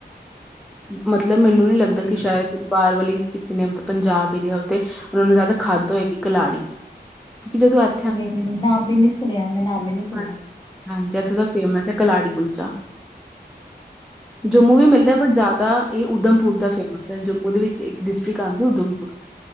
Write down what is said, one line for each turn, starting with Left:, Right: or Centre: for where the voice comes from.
Centre: ਮਤਲਬ ਮੈਨੂੰ ਨੀ ਲੱਗਦਾ
Left: ਠੀਕ
Centre: ਕਿ ਸ਼ਾਇਦ
Left: ਹੈ।
Centre: ਬਾਰ ਵਾਲੀ ਕਿਸੇ ਨੇ ਪੰਜਾਬ ਹੀ ਰਿਆ ਉਥ ਤੇ ਉਨਾਂ ਨੂੰ ਜਾਦਾ ਖਾਧ ਹੋਏਗੀ ਕਲਾੜੀ ਕਿ ਜਦੋਂ ਹੱ
Left: ਨਹੀਂ, ਮੈਨੂੰ ਨਾਮ ਵੀ ਨੀ ਸੁਣਿਆ, ਮੈਂ ਨਾਮ ਵੀ ਨੀ ਸੁਣਿਆ
Centre: ਹਾਂ ਹਾਂਜੀ, ਇਥੋ ਦਾ ਫੇਮਸ ਕਲਾੜੀ ਕੁਲਚਾ, ਜੰਮੂ ਵੀ ਮਿਲਦਾ, ਬਟ ਜਾਤ ਤਾਂ ਇਹ ਉਦਮਪੁਰ ਦਾ ਫੇਮਸ ਹ ਜੰਮੂ ਦੇ ਵਿੱਚ ਇੱਕ ਡਿਸਟ੍ਰਿਕ ਆਉਂਦੀ ਉਦਮਪੁਰ